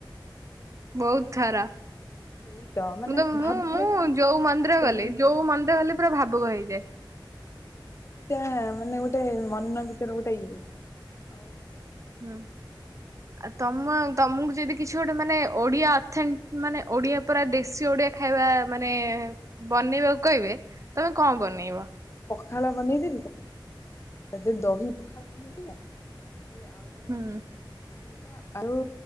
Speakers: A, on the right (about 40°); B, on the left (about 35°).
A: ବହୁତ ଖରା
B: ସେଇ ମାନେ
A: ମୁଁ ତ ମୁଁ
B: ଭାବିକି
A: ମୁଁ
B: ଯାଇଥିବ ନା
A: ଯୋଉ
B: ସବୁ
A: ମନ୍ଦିର
B: କହିବି
A: ଗଲି ଯୋଉ ମନ୍ଦିର ଗଲେ ପୁରା ଭାବୁକ ହେଇଯାଏ।
B: ଏଇଟା ମାନେ ଗୋଟେ ମନ ଭିତରେ ଗୋଟେ ଇଏ ଆଉ।
A: ହୁଁ ଆ ତମ ତମକୁ ଯଦି କିଛି ଗୋଟେ ମାନେ ଓଡିଆ
B: ହଁ
A: ମାନେ ଓଡିଆ ପୁରା <inaudible> ଖାଇବା
B: ହଁ
A: ମାନେ ବନେଇବାକୁ କହିବେ ତମେ କଣ ବନେଇବ
B: ଖାଇଲାା ବନେଇ ଦେବି ତ। କେ ଦୋହି ପଖଳ ବନେଇ ଦଆ ସେ ଆଉଲାା
A: ହୁଁ
B: କ ଟମାଟ ଆଉ